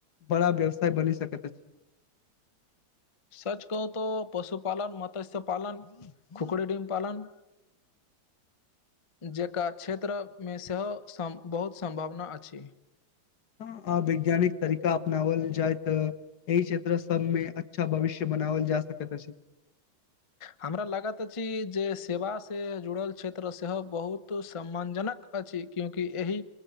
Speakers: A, on the left; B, on the left.
A: बड़ा व्यवसाय बनि सक छै <inaudible>
B: सच कहू तऽ पशुपालन मत्स्य पालन खुकुरी डीम पालन
A: <inaudible>
B: जेका क्षेत्रमे सेहो सम बहुत सम्भाबना अछि
A: ह आ वैज्ञानिक तरीका अपनावल जाइत अछि एहि क्षेत्र सबमे अच्छा भविष्य बनावल जा सकैत अछि
B: हमरा लागत अछि जे सेवा से जुड़ल क्षेत्र सेहो बहुत सम्मानजनक अछि क्योंकि एहि